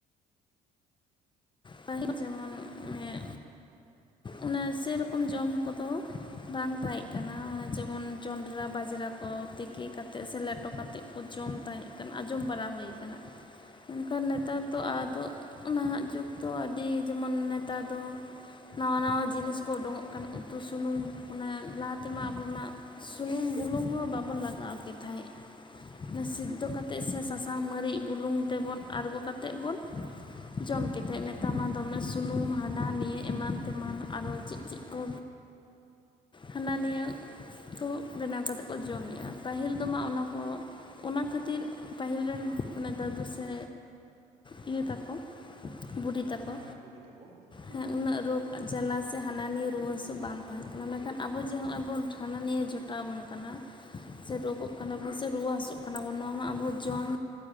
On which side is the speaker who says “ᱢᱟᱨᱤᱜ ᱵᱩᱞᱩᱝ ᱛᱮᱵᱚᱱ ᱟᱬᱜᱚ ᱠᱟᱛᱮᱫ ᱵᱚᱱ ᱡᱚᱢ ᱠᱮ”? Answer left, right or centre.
Left